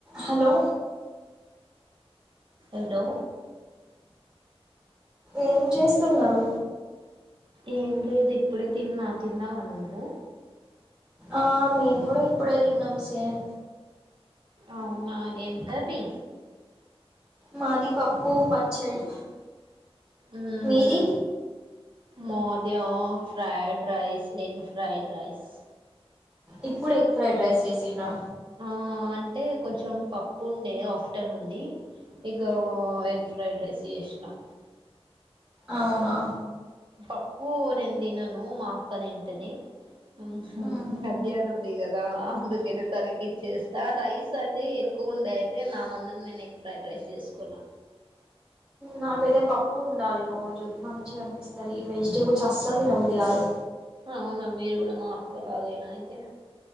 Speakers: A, on the right (about 20°); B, on the right (about 50°).
A: Hello
B: hello
A: ఏంచేస్తున్నారు
B: ఏం లేదు ఇప్పుడే తిన్న తిన్నావా నువ్వు
A: ఆ మేముగుడ ఇప్పుడే దిన్నం సేమ్
B: అవునా ఏం కర్రీ
A: మాది పప్పు పచ్చడి
B: ఊహు
A: మీది
B: మాద్యా fried rice egg fried rice
A: ఇప్పుడ్ ఎగ్ ఫ్రైడ్ రైస్ చేసిర్రా
B: ఆ అంటే కొంచెం పప్పుండే ఆఫ్టనున్దీ ఎగో ఎగ్ ఫ్రైడ్ రైస్ చేష్న
A: అవునా
B: పప్పూ నేన్ తినను మా అక్క తింటది ఉ హు
A: ఉమ్
B: మధ్యాహ్నంది గదా అందుకని తనకి ఇచ్చేస్తా రైస్ అది ఎక్కువ ఉండే అయితే నా మందం నేను ఎగ్ ఫ్రైడ్ రైస్ చేసుకున్న
A: నాకైతే పప్పు ఉండాలి రోజు మంచిగా అనిపిస్తది ఈ వెజిటేబుల్స్ అస్సలు తినబద్ది కాదు
B: అవునా మీరు కూడా మాఅక్క లాగేనా అయితే